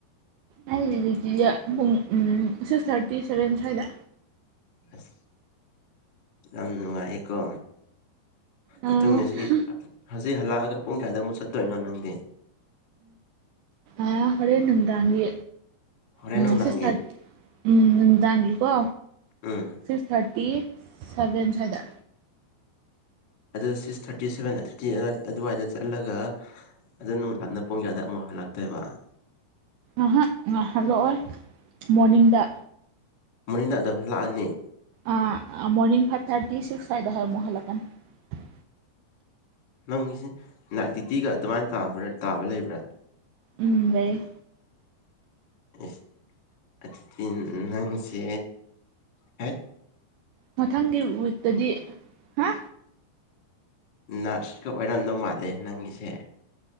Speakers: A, on the right; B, on the left.
A: ꯑꯩꯒꯤ ꯗ꯭ꯌꯨꯇꯤꯁꯦ ꯄꯨꯡ ꯎꯝ ꯁꯤꯛꯁ ꯊꯥꯔꯇꯤ ꯁꯚꯦꯟ ꯁ꯭ꯋꯥꯏꯗ
B: ꯑꯁ ꯌꯥꯝ ꯅꯨꯡꯉꯥꯏꯌꯦꯀꯣ
A: ꯎꯝ
B: ꯑꯗꯨ ꯉꯁꯤ ꯍꯧꯖꯤꯛ ꯍꯜꯂꯛꯑꯒ ꯄꯨꯡ ꯀꯌꯥꯗ ꯑꯃꯨꯛ ꯆꯠꯇꯣꯏꯅꯣ ꯅꯪꯗꯤ
A: ꯑꯥ ꯍꯣꯔꯦꯟ ꯅꯨꯡꯗꯥꯡꯒꯤ
B: ꯍꯣꯔꯦꯟ
A: ꯎꯝ
B: ꯅꯨꯡꯗꯥꯡꯒꯤ
A: ꯁꯤꯛꯁ ꯊꯥꯔꯇꯤ ꯎꯝ ꯅꯨꯡꯗꯥꯡꯒꯤꯀꯣ
B: ꯎꯝ
A: ꯁꯤꯛꯁ ꯊꯥꯔꯇꯤ ꯁꯚꯦꯟ ꯁ꯭ꯋꯥꯏꯗ
B: ꯑꯗꯨ ꯁꯤꯛꯁ ꯊꯥꯔꯇꯤ ꯁꯦꯚꯦꯟ ꯊꯥꯔꯇꯤ ꯑꯗꯨ ꯑꯗꯨꯋꯥꯏꯗ ꯆꯠꯂꯒ ꯑꯗꯨ ꯅꯨꯡꯗꯥꯡꯗ ꯄꯨꯡ ꯀꯌꯥꯗ ꯑꯃꯨꯛ ꯍꯜꯂꯥꯛꯇꯣꯏꯕ
A: ꯑꯍꯥꯛ ꯍꯜꯂꯛꯑꯣꯏ ꯃꯣꯔꯅꯤꯡꯗ
B: ꯃꯣꯏꯅꯤꯗꯣ ꯑꯗꯨꯗ ꯍꯂꯛꯑꯅꯤ
A: ꯑꯥ ꯃꯣꯔꯅꯤꯡ ꯐꯥꯏꯚ ꯊꯥꯔꯇꯤ ꯁꯤꯛꯁ ꯁ꯭ꯋꯥꯏꯗ ꯑꯃꯨꯛ ꯍꯜꯂꯛꯀꯅꯤ
B: ꯅꯪꯒꯤꯁꯤ ꯅꯥꯏꯠ ꯗ꯭ꯌꯨꯇꯤꯒ ꯑꯗꯨꯃꯥꯏꯅ ꯇꯥꯕ꯭ꯔꯥ ꯇꯥꯕ ꯂꯩꯕ꯭ꯔꯥ
A: ꯎꯝ ꯂꯩ
B: ꯏꯁ ꯑꯗꯨꯗꯤ ꯅꯪꯁꯦ ꯍꯥꯏ
A: ꯃꯊꯪꯒꯤ ꯋꯤꯛꯇꯗꯤ ꯍꯥ
B: ꯅꯔꯁꯀ ꯑꯣꯏꯔꯝꯗꯧ ꯃꯥꯜꯂꯦ ꯅꯪꯒꯤꯁꯦ